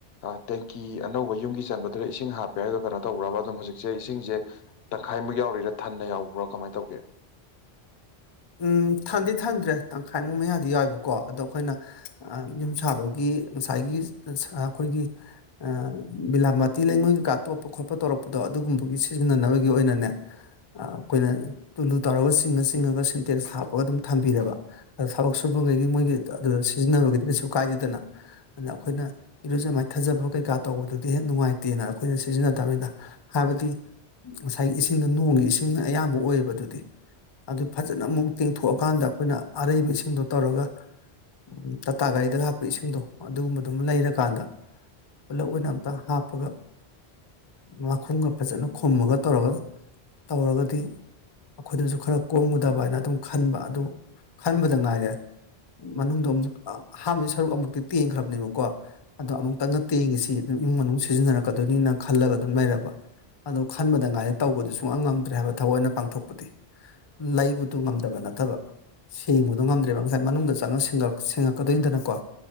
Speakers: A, on the left; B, on the left.
A: ꯑ ꯇꯦꯡꯀꯤ ꯑꯅꯧꯕ ꯌꯨꯝꯒꯤ ꯆꯟꯕꯗꯨꯗ ꯏꯁꯤꯡ ꯍꯥꯞꯄꯦ ꯍꯥꯏꯗꯨ ꯀꯩꯅꯣ ꯇꯧꯕ꯭ꯔꯕ ꯑꯗꯨꯝ ꯍꯧꯖꯤꯛꯁꯦ ꯏꯁꯤꯡꯖꯦ ꯇꯪꯈꯥꯏꯃꯨꯛ ꯌꯥꯎꯔꯤꯔꯥ ꯊꯟꯅ ꯌꯥꯎꯕ꯭ꯔꯥ ꯀꯃꯥꯏ ꯇꯧꯒꯦ
B: ꯎꯝ ꯊꯟꯗꯤ ꯊꯟꯗ꯭ꯔꯦ ꯇꯪꯈꯥꯏꯃꯨꯛ ꯃꯌꯥꯗꯤ ꯌꯥꯎꯋꯦꯕꯀꯣ ꯑꯗꯣ ꯑꯩꯈꯣꯏꯅ ꯑ ꯌꯨꯝ ꯁꯥꯕꯒꯤ ꯉꯁꯥꯏꯒꯤ ꯑꯁ ꯑꯩꯈꯣꯏꯒꯤ ꯑ ꯕꯤꯂꯥꯝꯕꯇꯤ ꯂꯩꯉꯣꯏ ꯀꯩꯀꯥ ꯇꯣꯠꯄ ꯈꯣꯠꯄ ꯇꯧꯔꯛꯄꯗꯣ ꯑꯗꯨꯒꯨꯝꯕꯒꯤ ꯁꯤꯖꯤꯟꯅꯅꯕꯒꯤ ꯑꯣꯏꯅꯅꯦ ꯑ ꯑꯩꯈꯣꯏꯅ ꯇꯨꯂꯨ ꯇꯧꯔꯒ ꯆꯤꯡꯉ ꯆꯤꯡꯉꯒ ꯁꯤꯟꯇꯦꯛꯁꯇ ꯍꯥꯞꯄꯒ ꯑꯗꯨꯝ ꯊꯝꯕꯤꯔꯕ ꯑꯗ ꯊꯕꯛ ꯁꯨꯕꯒꯩꯒꯤ ꯃꯣꯏꯒꯤ ꯑꯗꯨꯗ ꯁꯤꯖꯤꯟꯅꯕꯒꯤꯗꯤ ꯀꯩꯁꯨ ꯀꯥꯏꯗꯦꯗꯅ ꯑꯗ ꯑꯩꯈꯣꯏꯅ ꯏꯔꯨꯖꯥ ꯃꯥꯏꯊꯖꯥꯕ ꯀꯩꯀꯥ ꯇꯧꯕꯗꯨꯗꯤ ꯍꯦꯛ ꯅꯨꯡꯉꯥꯏꯇꯦꯅ ꯑꯩꯈꯣꯏꯅ ꯁꯤꯖꯤꯟꯅꯗꯕꯅꯤꯅ ꯍꯥꯏꯕꯗꯤ ꯉꯁꯥꯏꯒꯤ ꯏꯁꯤꯡꯗꯣ ꯅꯣꯡꯒꯤ ꯏꯁꯤꯡꯅ ꯑꯌꯥꯝꯕ ꯑꯣꯏꯌꯦꯕ ꯑꯗꯨꯗꯤ ꯑꯗꯨ ꯐꯖ ꯅ ꯑꯃꯨꯛ ꯇꯤꯡꯊꯣꯛꯑꯀꯥꯟꯗ ꯑꯩꯈꯣꯏꯅ ꯑꯔꯩꯕ ꯏꯁꯤꯡꯗꯣ ꯇꯧꯔꯒ ꯎꯝ ꯇꯥꯇꯥ ꯒꯥꯔꯤꯗ ꯍꯥꯞꯄ ꯏꯁꯤꯡꯗꯣ ꯑꯗꯨꯒꯨꯝꯕꯗꯨꯃ ꯂꯩꯔꯀꯥꯟꯗ ꯄꯨꯜꯂꯞ ꯑꯣꯏꯅ ꯑꯝꯇ ꯍꯥꯞꯄꯒ ꯃꯈꯨꯝꯒ ꯐꯖꯅ ꯈꯨꯝꯃꯒ ꯇꯧꯔꯒ ꯇꯧꯔꯒꯗꯤ ꯑꯈꯣꯏꯗꯖꯨ ꯈꯔ ꯀꯣꯝꯒꯗꯕ ꯍꯥꯏꯅ ꯑꯗꯨꯝ ꯈꯟꯕ ꯑꯗꯨ ꯈꯟꯕꯗ ꯉꯥꯏꯔꯦ ꯃꯅꯨꯡꯗꯣ ꯑꯃꯨꯛ ꯑ ꯑꯍꯥꯟꯕꯒꯤ ꯁꯔꯨꯛ ꯑꯃꯨꯛꯇꯤ ꯇꯦꯡꯒ꯭ꯔꯕꯅꯦꯕꯀꯣ ꯑꯗꯣ
A: ꯎꯝ
B: ꯑꯃꯨꯛꯇꯪꯒ ꯇꯦꯡꯒꯤꯁꯤ ꯑꯗꯨꯝ ꯏꯃꯨꯡ ꯃꯅꯨꯡ ꯁꯤꯖꯤꯟꯅꯔꯛꯀꯗꯣꯏꯅꯤꯅ ꯈꯜꯂꯒ ꯑꯗꯨꯝ ꯂꯩꯔꯕ ꯑꯗꯨ ꯈꯟꯕꯗ ꯉꯥꯏꯔꯦ ꯇꯧꯕꯗꯨ ꯁꯨꯡꯉꯝ ꯉꯝꯗ꯭ꯔꯦ ꯍꯥꯏꯕ ꯊꯕꯛ ꯑꯣꯏꯅ ꯄꯥꯡꯊꯣꯛꯄꯗꯤ ꯂꯩꯕꯗꯨ ꯉꯝꯗꯕ ꯅꯠꯇꯕ ꯁꯦꯡꯕꯗꯣ ꯉꯝꯗ꯭ꯔꯦꯕ ꯉꯁꯥꯏ ꯃꯅꯨꯡꯗ ꯆꯪꯉꯥ ꯁꯦꯡꯉꯜ ꯁꯦꯡꯉꯛꯀꯗꯣꯏꯅꯤꯗꯅꯀꯣ